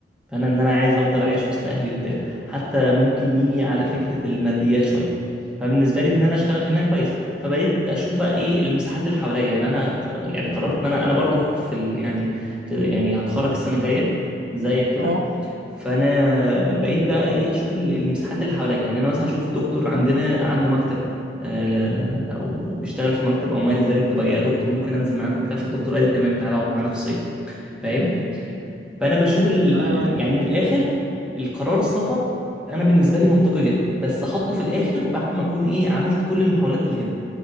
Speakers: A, in the centre; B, on the right.
A: فانا ان انا عايز افضل عايش وسط اهلي وبتاع حتى ممكن يجي على فكره الماديات شويه فبالنسبه لي ان انا اشتغل هنا كويس فبقيت اشوف بقى ايه المساحات اللي حواليا يعني انا ق- يعني قررت ان انا انا برضو في ال يعني في يعني هتخرج السنه الجايه زيك كده
B: اه
A: فانا بقيت بقى ايه اشوف ال- المساحات اللي حواليا يعني انا مثلا اشوف دكتور عندنا عنده مكتب آه، ل- او بيشتغل في مكتب او ما الى ذلك تبقى يا دكتور ممكن انزل معاك وبتاع فالدكتور قال لي تمام تعالى اقعد معانا في الصيف فاهم فانا بشوف ال...
B: ايوه ايوه
A: يعني من الاخر القرار السفر انا بالنسبه لي منطقي جدا بس احطه في الاخر بعد ما اكون ايه عملت كل المحاولات اللي هنا